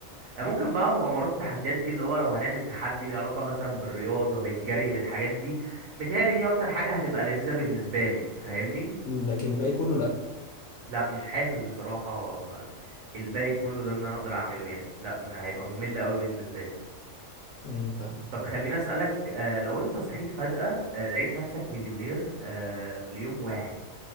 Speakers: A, on the right (about 65°); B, on the left (about 60°).
A: آه، ممكن بقى مغامرات والتحديات دي اللي هو لو هنعمل تحدي ليه علاقه مثلا بالرياضه بالجري بالحاجات دي متهيألي دي اكتر حاجه هتبقى لذيذه بالنسبه لي فاهمني
B: مم، لكن الباقي كله لا
A: لا مش حاسس بصراحه الباقي كله ده ان انا اقدر اعمله يعني لا ما هيبقى ممل قوي بالنسبه لي
B: ايوه فاهم
A: طب خليني اسالك آه، لو انت صحيت فجاه آه، لقيت نفسك مليونير آه، ليوم واحد